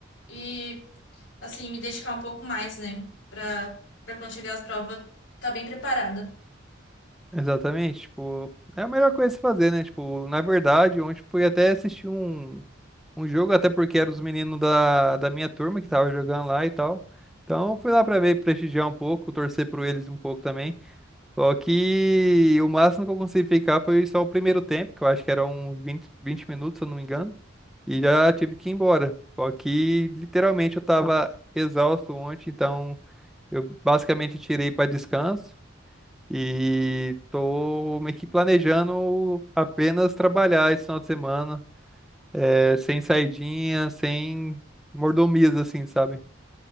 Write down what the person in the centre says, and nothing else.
Exatamente, tipo, é a melhor coisa a se fazer, né? Tipo, na verdade, ontem fui até assistir um, um jogo, até porque eram os meninos da, da minha turma que tava jogando lá e tal. Então, fui lá pra ver, prestigiar um pouco, torcer por eles um pouco também. Só que o máximo que eu consegui ficar foi só o primeiro tempo, que eu acho que era uns vinte vinte minutos, se eu não me engano, e já tive que ir embora. Só que, literalmente, eu tava exausto ontem, então eu basicamente tirei pra descanso. E tô meio que planejando apenas trabalhar esse final de semana, é, sem saidinha, sem mordomias, assim, sabe?